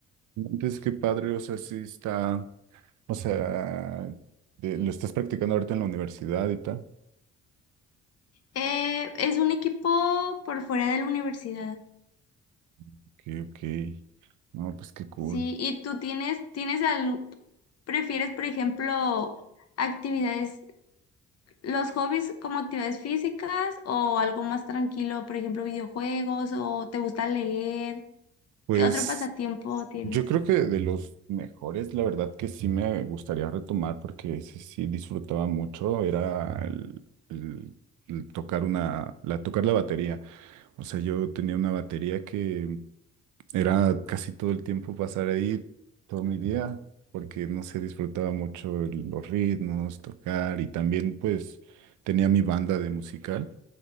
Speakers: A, on the right (about 80°); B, on the left (about 55°).
A: Entonces, qué padre, o sea, sí está, o sea, de- lo estás practicando ahorita en la universidad y tal.
B: Eh, es un equipo por fuera de la universidad,
A: Ok, ok. No, pues qué cool.
B: sí, y tú tienes, tienes al, prefieres, por ejemplo, actividades, los hobbies como actividades físicas o algo más tranquilo, por ejemplo, videojuegos o te gusta leer,
A: Pues.
B: ¿qué otro pasatiempo tienes?
A: Yo creo que de los mejores, la verdad que sí me gustaría retomar porque ese sí disfrutaba mucho, era el, el- el tocar una, la, tocar la batería. O sea, yo tenía una batería que era casi todo el tiempo pasar ahí todo mi día porque no sé, disfrutaba mucho el- los ritmos, tocar y también pues tenía mi banda de musical.